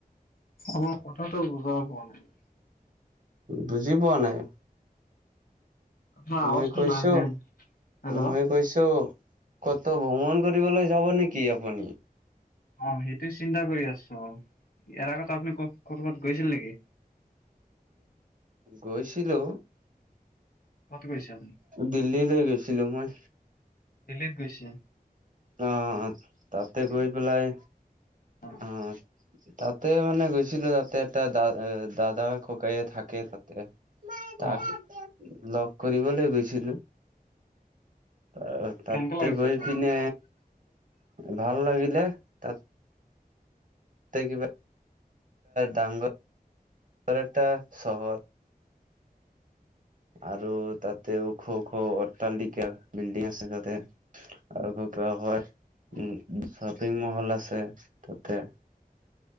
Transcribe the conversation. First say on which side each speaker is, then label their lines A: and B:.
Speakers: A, on the left; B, on the right.
A: আমাৰ কথাটো বুজাই হোৱা নাই'।
B: বুজি পোৱা নাই?
A: আপোনাৰ আৱাজটো
B: মই কৈছোঁ,
A: নাহে হেল্ল'
B: মই কৈছোঁ, কত ত ভ্ৰমণ কৰিবলৈ যাব নেকি আপুনি?
A: অ, সেইটোয়ে চিন্তা কৰি আছো। অ, ইয়াৰ আগত আপুনি ক কৰবাত গৈছিল নেকি?
B: গৈছিলো।
A: কত গৈছে আপুনি,
B: দিল্লীলৈ গৈছিলো মই।
A: দিল্লীত গৈছে?
B: অ, তাতে
A: দিল্লীত
B: গৈ পেলাই
A: অ
B: আহ, তাতে মানে গৈছিলো তাতে এটা দা দাদা ককাই থাকে তাতে। তাক
A: অ
B: লগ কৰিবলে গৈছিলো। ত' তাতে
A: কেনেকে লাগিছে
B: গৈ
A: ঠাইতো?
B: পিনে ভাল লাগিলে। তাতে কিবা <unintelligible> ডাংৰ <unintelligible> ডাঙৰ এটা চহৰ। আৰু তাতে ওখ-ওখ অট্টালিকা বিল্ডিং আছে তাতে। আৰু কি বা কয় উম,
A: অ
B: শ্বপিং মহল আছে তাতে।